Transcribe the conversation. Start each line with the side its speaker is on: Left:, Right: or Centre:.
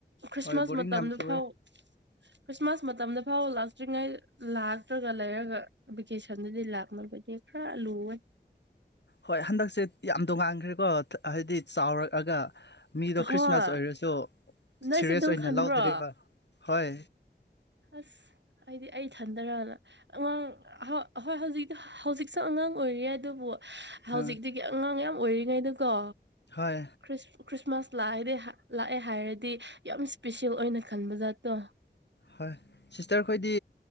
Right: ꯈ꯭ꯔꯤꯁꯃꯥꯁ
Left: ꯍꯣꯏ ꯕꯣꯔꯤꯡ
Right: ꯃꯇꯝꯗꯨ
Left: ꯌꯥꯝ ꯆꯨꯑꯦ
Right: ꯐꯥꯎ ꯈ꯭ꯔꯤꯁꯃꯥꯁ ꯃꯇꯝꯗ ꯐꯥꯎ ꯂꯥꯛꯇ꯭ꯔꯤꯉꯩ ꯂꯥꯛꯇ꯭ꯔꯒ ꯂꯩꯔꯒ ꯚꯦꯀꯦꯁꯟꯗꯗꯤ ꯂꯥꯛꯅꯕ ꯑꯗꯨ ꯈꯔ ꯂꯨꯋꯦ
Left: ꯍꯣꯏ ꯍꯟꯗꯛꯁꯦ ꯌꯥꯝ ꯇꯣꯉꯥꯟꯈ꯭ꯔꯦꯀꯣ ꯍꯥꯏꯗꯤ ꯆꯥꯎꯔꯛꯑꯒ ꯃꯤꯗꯣ
Right: ꯍꯣꯏ
Left: ꯈ꯭ꯔꯤꯁꯃꯥꯁ ꯑꯣꯏꯔꯁꯨ
Right: ꯅꯣꯏꯁꯨ
Left: ꯁꯤꯔꯤꯌꯁ
Right: ꯑꯗꯨꯝ
Left: ꯑꯣꯏꯅ
Right: ꯈꯟꯕ꯭ꯔꯣ
Left: ꯂꯧꯗ꯭ꯔꯤꯕ ꯍꯣꯏ
Right: ꯑꯁ ꯍꯥꯏꯗꯤ ꯑꯩ ꯊꯟꯗꯔꯅ ꯑꯉꯥꯡ ꯍꯣꯏ ꯍꯧꯖꯤꯛꯇꯤ ꯍꯧꯖꯤꯛꯁꯨ ꯑꯉꯥꯡ ꯑꯉꯥꯡ ꯑꯣꯏꯔꯤ ꯑꯗꯨꯕꯨ ꯍꯧꯖꯤꯛꯇꯨꯒꯤ
Left: ꯑ
Right: ꯑꯉꯥꯡ ꯌꯥꯝ ꯑꯣꯏꯔꯤꯉꯩꯗꯨꯀꯣ
Left: ꯍꯣꯏ
Right: ꯈ꯭ꯔꯤꯁ ꯈ꯭ꯔꯤꯁꯃꯥꯁ ꯂꯥꯛꯑꯗꯤ ꯂꯥꯛꯑꯦ ꯍꯥꯏꯔꯗꯤ ꯌꯥꯝ ꯏꯁꯄꯤꯁꯦꯜ ꯑꯣꯏꯅ ꯈꯟꯕꯖꯥꯠꯇꯣ
Left: ꯍꯣꯏ ꯁꯤꯁꯇꯔ ꯈꯣꯏꯗꯤ